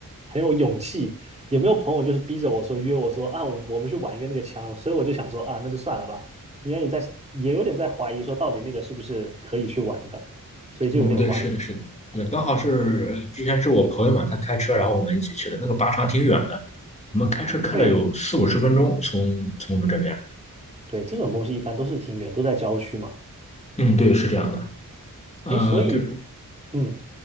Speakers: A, on the right; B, on the left.
A: 很有勇气，也没有朋友就是逼着我说约我说啊我们去玩一个那个枪了，所以我就想说啊那就算了吧。因为你在也有点在怀疑说到底那个是不是可以去玩的，所以就有点怀疑。
B: 嗯，对，是的，是的，对，刚好是呃之前是我朋友嘛，他开车，然后我们一起去的，那个靶场挺远的，我们开车开了有四五十分钟从，
A: 对
B: 从我们这边。
A: 对，这种东西一般都是挺远，都在郊区嘛。
B: 嗯，对，是这样的。呃，
A: 哎，所以
B: 就是
A: 嗯，